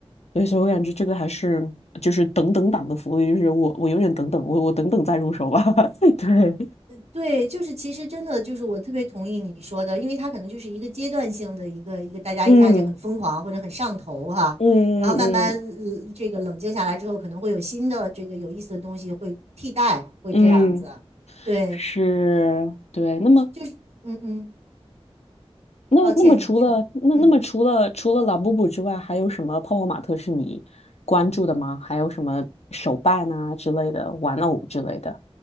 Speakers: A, on the left (about 85°); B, on the right (about 80°).
A: 对，所以我感觉这个还是就是等等党的福利，就是我我永远等等，我我等等再入手吧。<laughs> 对，
B: 对，就是其实真的就是我特别同意你说的，因为它可能就是一个阶段性的一个一个，大家一下就很疯狂或者很上头哈，
A: 嗯嗯嗯
B: 然后慢慢呃这个冷静下来之后，可能会有新的这个有意思的东西会替代，会这样子。
A: 嗯，
B: 对，
A: 是，对。那么
B: 就是嗯嗯，
A: 那那么除了那那么除了除了拉布布之外，
B: 抱歉，你说，嗯。
A: 还有什么泡泡玛特是你关注的吗？还有什么手办啊之类的，玩偶之类的？